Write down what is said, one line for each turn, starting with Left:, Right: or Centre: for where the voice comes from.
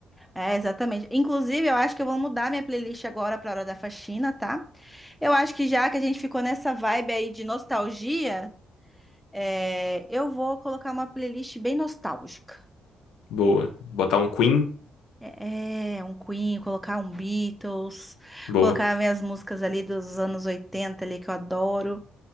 Centre: É, exatamente. Inclusive, eu acho que eu vou mudar minha playlist agora pra hora da faxina, tá? Eu acho que já que a gente ficou nessa vibe aí de nostalgia, é, eu vou colocar uma playlist bem nostálgica.
Left: Boa. Botar um Queen?
Centre: É, é, um Queen, colocar um Beatles,
Left: Boa.
Centre: colocar minhas músicas ali dos anos 80 ali que eu adoro.